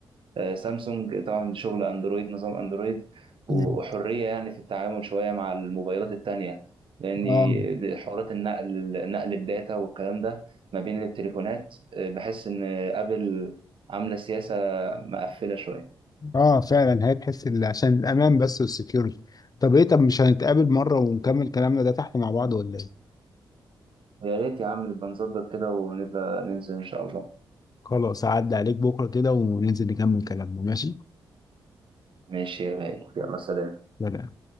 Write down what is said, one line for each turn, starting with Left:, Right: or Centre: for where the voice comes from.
Right: آه، سامسونج طبعا شغل أندرويد نظام أندرويد وحرية
Left: مم.
Right: يعني في التعامل شوية مع الموبايلات التانية لأن
Left: اه
Right: حوارات النقل نقل الداتا والكلام ده ما بين التليفونات آه، بحس إن أبل عاملة سياسة مقفلة شوية
Left: اه فعلا هتحس ال... عشان الامان بس والسكيورتي طب ايه طب مش هنتقابل مره ونكمل كلامنا ده تحت مع بعض ولا ايه
Right: يا ريت يا عم نبقى نظبط كده ونبقى ننزل إن شاء الله
Left: خلاص اعدي عليك بكره كده وننزل نكمل كلامنا ماشي
Right: ماشي يا غالي يلا سلام
Left: سلام